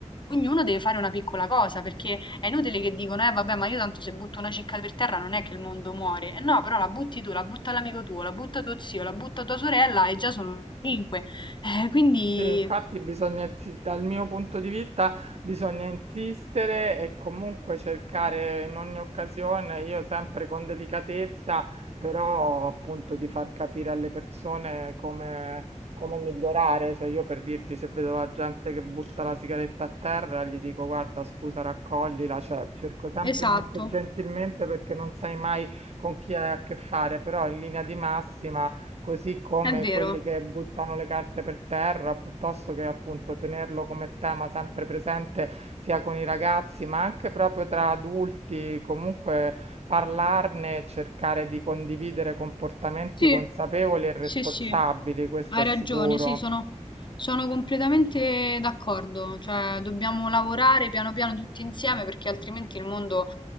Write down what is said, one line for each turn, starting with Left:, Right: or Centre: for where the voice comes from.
Left: ognuno deve fare una piccola cosa, perché è inutile che dicono, eh vabbè, ma io tanto se butto una cicca per terra non è che il mondo muore. Eh no, però la butti tu, la butta l'amico tuo, la butta tuo zio, la butta tua sorella e già sono cinque. Eh, quindi,
Right: Sì, infatti bisogna insi- dal mio punto di vista bisogna insistere e comunque cercare in ogni occasione, io sempre con delicatezza, però appunto di far capire alle persone come, come migliorare. Cioè io per dirti se vedo la gente che butta la sigaretta a terra, gli dico guarda scusa raccoglila, cioè cerco sempre
Left: esatto,
Right: molto gentilmente perché non sai mai con chi hai a che fare, però in linea di massima così come
Left: è vero.
Right: quelli che buttano le carte per terra, piuttosto che appunto tenerlo come tema sempre presente sia con i ragazzi, ma anche proprio tra adulti, comunque parlarne, e cercare di condividere comportamenti
Left: Sì,
Right: consapevoli e responsabili,
Left: sì, sì,
Right: questo
Left: hai
Right: è sicuro.
Left: ragione, sì, sono... Sono completamente d'accordo, cioè dobbiamo lavorare piano piano tutti insieme perché altrimenti il mondo